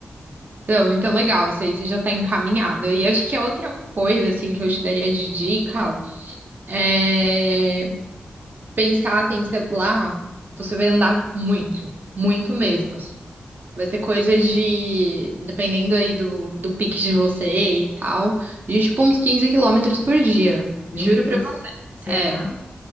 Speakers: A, on the right; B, on the left.
A: não, então legal, isso aí você já tá encaminhado. E acho que a outra coisa, assim, que eu te daria de dica é pensar assim, você, lá você vai andar muito, muito mesmo.
B: Sim.
A: assim. Vai ser coisa de, dependendo aí do, do pique de vocês e tal, de tipo uns 15 quilômetros por dia.
B: Meu
A: Juro
B: Deus,
A: pra você.
B: será?
A: É,